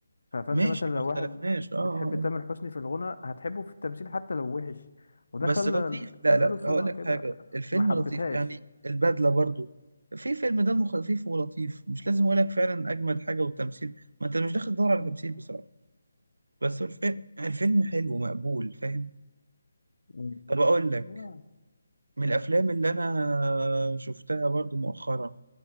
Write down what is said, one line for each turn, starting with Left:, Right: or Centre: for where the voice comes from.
Left: ف- فأنت
Right: ماشي
Left: مثلا
Right: ما
Left: لو
Right: اختلفناش
Left: واحد
Right: اه آه،
Left: بتحب
Right: آه.
Left: تامر حسني في الغنى هتحبه في التمثيل حتى لو وحش وده
Right: بس
Left: خلى
Right: لطيف لا
Left: خلى
Right: لا
Left: له سمعة
Right: هقول لك
Left: كده
Right: حاجة الفيلم
Left: ما حبتهاش
Right: لطيف يعني البدلة برضو في فيلم دمه خفيف ولطيف مش لازم اقول لك فعلا اجمل حاجة والتمثيل ما انت مش داخل تدور على تمثيل بصراحة بس الف- الفيلم الفيلم حلو مقبول فاهم
Left: مم.
Right: طب اقول لك
Left: آه.
Right: من الافلام اللي انا شفتها برضو مؤخرا